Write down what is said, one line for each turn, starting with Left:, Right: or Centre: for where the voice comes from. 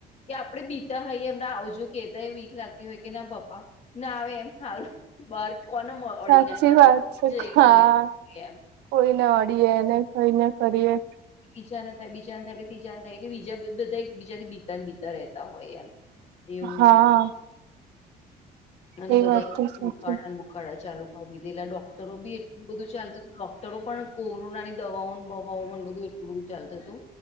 Left: કે આપડે બીતા હોઈએ એમને આવજો કેતાય વીક લાગતી હોય કે ના પપા ના આવે એમ. હાલ બાર કોને
Right: સાચી
Left: અડીને્યા
Right: વાત છે
Left: જઈને
Right: હા
Left: આવ એમ.
Right: કોઈને અડીએ ને કોઈને કરીએ.
Left: બીજા ના થાય બીજાને થાય એલે તીજા થાય એટલે બીજાધા એક બીજાથી બીતા બીતા રહેતા હોય એમ. <inaudible>
Right: હા.
Left: થાય અને
Right: એ
Left: બધા
Right: વાત સાચી.
Left: ઉકાળા ચાલુ કરી દીધી એલા ડોક્ટરો બી એટલું બધું ચાલતું હતું ડોક્ટરો પણ કોરોનાની દવાઓ. પવન બવન બધું એટલું બધું ચાલતું હતું.